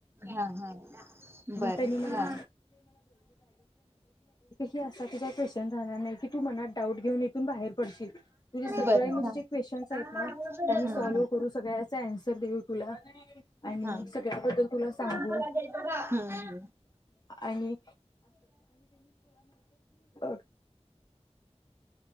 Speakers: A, on the right; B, on the left.
A: हा हा बरं
B: त्यांनी मला
A: हा.
B: झं <unintelligible> तू मत डाऊट घेऊन इथून बाहेर पडशील तुझे सगळे
A: बरं
B: म्हणे
A: हा.
B: जे क्वेशन्
A: हम्म
B: आहेत ना. सव
A: हम्म.
B: करू सगळन्र देऊ तु आणि
A: हा.
B: सगळ्याबद्दल तुला सांग
A: हम्म
B: तु
A: हम्म.
B: म्ह <unintelligible> <unintelligible>